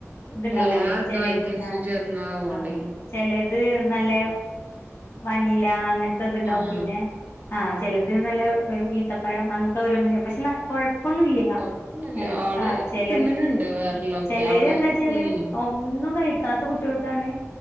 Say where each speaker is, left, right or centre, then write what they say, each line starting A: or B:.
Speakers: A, on the left; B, on the right.
A: ഇത്ണ്ടാവൂലേ
B: എല്ലാ ഇതും
A: ചിലെ
B: ഐറ്റംസും
A: ആ
B: ചേർന്നതാവോണ്ടേ
A: ആ ചിലെ അത് നല്ല വാനില അങ്ങനത്തെ ഇതുണ്ടാവും
B: ആഹ്
A: പിന്നെ ആ ചിലത് നല്ല ഈത്തപ്പഴം അങ്ങനത്തെ ഓരോന്നിനെ പക്ഷെ ന കൊഴപ്പൊന്നൂല്ല്യ
B: കൊഴപ്പൊന്നുല്ല ആള്
A: ആ ചെല
B: തിന്ന്ണ് ണ്ട് വേറെള്ളൊക്കെ
A: ചെ ലേര്
B: അവിടെ
A: എന്താച്ചാല്
B: തിന്നീനോ
A: ഒന്നും കഴിക്ക കഴിക്കാത്ത കുട്ടികൾക്കാണ്